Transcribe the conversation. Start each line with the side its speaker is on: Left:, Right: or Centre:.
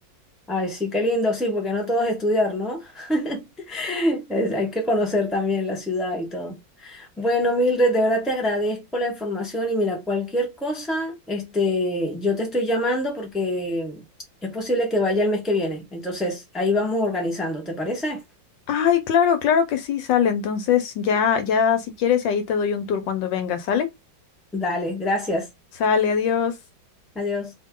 Centre: Ay, sí, qué lindo, sí, porque no todo es estudiar, ¿no? <laughs> Es- hay que conocer también la ciudad y todo. Bueno, Mildred, de verdad te agradezco la información y mira, cualquier cosa, este, yo te estoy llamando porque es posible que vaya el mes que viene. Entonces, ahí vamos organizando, ¿te parece?
Left: Ay, claro, claro que sí, sale. Entonces, ya, ya si quieres, ahí te doy un tour cuando vengas, ¿sale?
Centre: Dale, gracias.
Left: Sale, adiós.
Centre: Adiós.